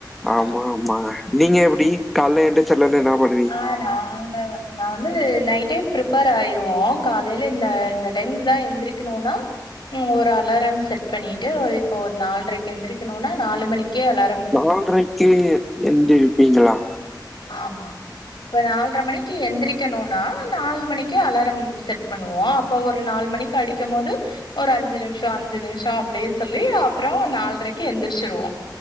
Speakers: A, in the centre; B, on the left (about 85°).
A: ஆமா ஆமா நீங்க எப்டி
B: ஓகே
A: கால்ல எந்துச்சதுலருந்து என்னா பண்ணு
B: ஆ நாங்க வ நா வந்து நைட்டே பிரிப்பேர் ஆயிருவோ காலையில இந்த இந்த டைம்க்கு தா எந்திரிக்கணுன்னா ம் ஒரு அலாரம் செட் பண்ணிட்டு இப்போ ஒரு நால்ரைக்கு எந்திரக்கணுன்னா நாலு மணிக்கே அலார்
A: நால்ரைக்கே எந்திருப்பீங்களா
B: ஆமா இப்ப நால்ர மணிக்கு எந்திரிக்கணுன்னா நாலு மணிக்கு அலாரம் செட் பண்ணுவோ அப்போ ஒரு நாலு மணிக்கு அடிக்கும் போது ஒரு அஞ்சு நிமிஷ அஞ்சு நிமிஷ அப்டியே சொல்லி அப்ற நால்ரைக்கு எந்திரிச்சிருவோ